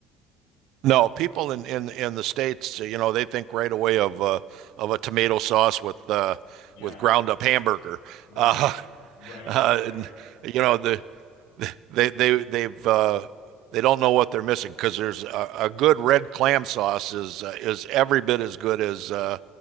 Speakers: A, on the right; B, on the left.
A: No, people in in in the States, uh, you know, they think right away of uh, of a tomato sauce with uh,
B: Yeah,
A: with ground up hamburger.
B: right,
A: Uh, <laughs>
B: right,
A: uh,
B: right.
A: and, you know the they they they've uh, they don't know what they're missing because there's a, a good red clam sauce is uh, is every bit as good as uh,